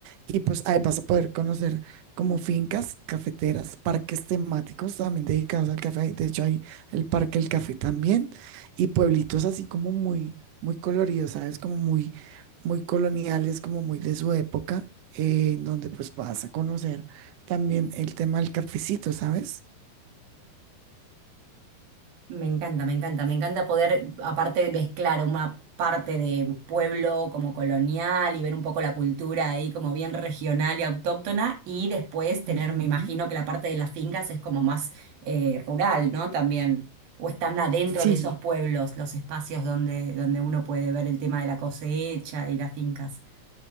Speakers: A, on the right (about 85°); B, on the right (about 70°).
A: y pues ahí vas a poder conocer como fincas cafeteras, parques temáticos también dedicados al café. De hecho, hay el Parque del Café también y pueblitos así como muy, muy coloridos, ¿sabes? Como muy, muy coloniales, como muy de su época, eh, en donde pues vas a conocer también el tema del cafecito, ¿sabes?
B: Me encanta, me encanta, me encanta poder, aparte de mezclar una parte de pueblo como colonial y ver un poco la cultura ahí como bien regional y autóctona, y después tener,
A: Ujú.
B: me imagino que la parte de las fincas es como más eh, rural, ¿no? También, o están adentro
A: Sí.
B: de esos pueblos, los espacios donde, donde uno puede ver el tema de la cosecha y las fincas.